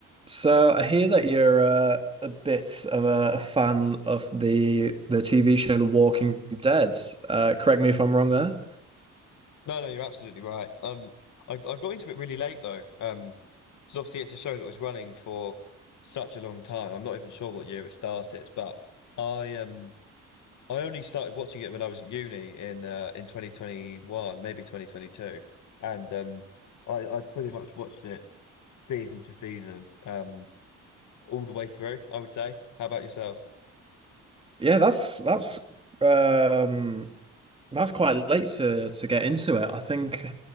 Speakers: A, on the right (about 20°); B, on the left (about 75°).
A: So I hear that you're uh, a bit of a, a fan of the the TV show The Walking Dead. Uh, correct me if I'm wrong there.
B: No, no, you're absolutely right. Um, I, I got into it really late though. Um, 'cause obviously it's a show that was running for such a long time. I'm not even sure what year it started, but I um I only started watching it when I was at uni in uh, in 2021, maybe 2022, and um I I pretty much watched it season to season, um all the way through. I would say. How about yourself?
A: Yeah, that's that's um that's quite late to to get into it. I think